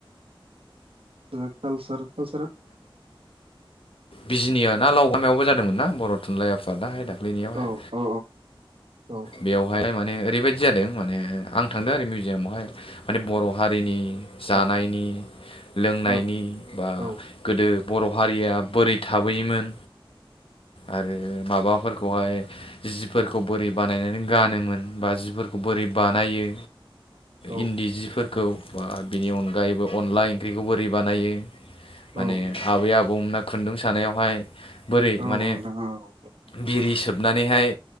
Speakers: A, on the right; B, on the left.
A: जोंहा कालसार कालसारा
B: बिजनियाव ना लावगामायावबो जादोंमोन ना बर' थुनलाइ आफादाहाय दाख्लैनियावहाय?
A: औ औ औ
B: बेवहाय माने ओरैबायदि जादों माने आं थांदों आरो मिउजियामावहाय माने बर' हारिनि जानायनि
A: औ
B: लोंनायनि
A: औ
B: बा
A: औ
B: गोदो बर' हारिया बोरै थाबोयोमोन आरो माबाफोरखौहाय जिफोरखौ बोरै बानायनानै गानोमोन बा जिफोरखौ बोरै बानायो।
A: औ
B: इन्दि जिफोरखौ बा बिनि अनगायैबो अनला ओंख्रिखौ बोरै बानायो। माने
A: औ नोंथां
B: आबै आबौमोना खुन्दुं सानायावहाय बोरै
A: औ
B: माने
A: नोंथां औ
B: बिरि सोबनानैहाय